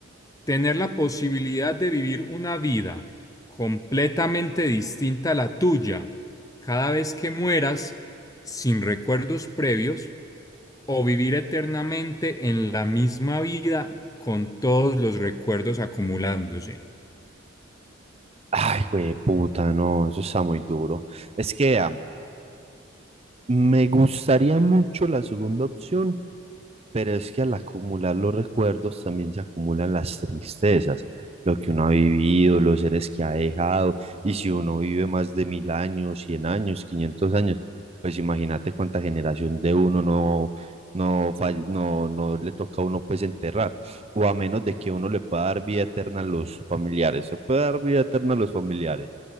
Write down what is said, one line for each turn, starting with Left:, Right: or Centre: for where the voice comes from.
Left: tener la posibilidad de vivir una vida completamente distinta a la tuya cada vez que mueras sin recuerdos previos o vivir eternamente en la misma vida con todos los recuerdos acumulándose.
Right: Ay, güey, puta, no, eso está muy duro. Es que, ah, Me gustaría mucho la segunda opción, pero es que al acumular los recuerdos también se acumulan las tristezas, lo que uno ha vivido, los seres que ha dejado, y si uno vive más de mil años, cien años, quinientos años, pues imagínate cuánta generación de uno no, no, falle- no, no le toca a uno pues enterrar, o a menos de que uno le pueda dar vida eterna a los familiares, se puede dar vida eterna a los familiares,